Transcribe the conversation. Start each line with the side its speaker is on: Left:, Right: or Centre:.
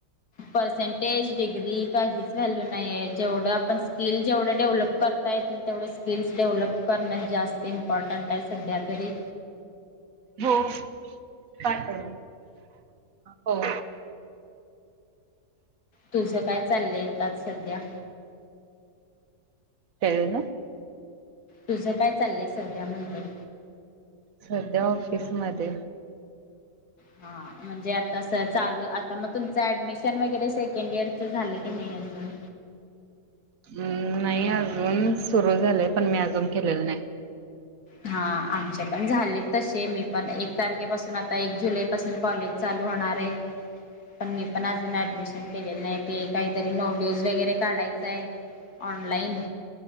Left: पर्सेंटेज डिग्री काहीच व्हॅल्यू नाहीय. जेवढं आपण स्किल, जेवढं डेव्हलप करता येतील तेवढं स्किल्स डेव्हलप उप करण्यात जास्त इम्पॉर्टंट आहे सध्या तरी.
Right: हो. पाठव हो.
Left: तुझं काय चाललंय, येतात सध्या.
Right: काय झालं.
Left: तुझ काय चाललंय सध्या म्हणलं.
Right: सध्या ऑफिस मध्ये
Left: हा म्हणजे आता स चालू आता मग तुमचं ऍडमिशन वगैरे सेकंड इयरच झालेय. क नाही अजून.
Right: अ् नाही अजून सुरू झालेय, पण मी अजून केलेलं नाही.
Left: हा आमचे पण झालेत तसे मी पण एक तारखेपासून आता एक जुलै पासून कॉलेज चालू होणार य. पण मी पण अजून ऍडमिशन केलेलं नाही ते काहीतरी नोट्यूज वगैरे काढायचं या. ऑनलाईन